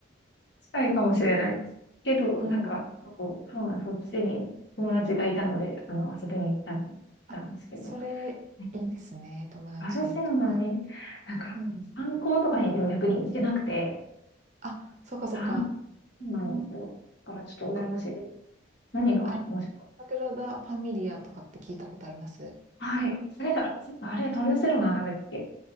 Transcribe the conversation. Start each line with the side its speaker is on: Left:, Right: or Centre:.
Left: 近いかもしれない。けど、
Right: <laughs> うん。
Left: なんか、そう、そうなん、そっちに友達がいたので、あの、遊びに行ったん
Right: あ、
Left: たんですけど、
Right: それ、
Left: えー
Right: いいですね。友達いるとか。
Left: バルセロナに、なんか、
Right: うん。
Left: 観光とかに逆に行ってなくて、
Right: あ、そうかそうか。
Left: そ
Right: うんうん
Left: うなんですよ。だからちょっと羨ましいです。
Right: こ
Left: 何が面白かっ
Right: あの、サグラダ・ファミリアとかって聞いたことあります
Left: たはい。それが、それがあれ、バルセロナなんだっけ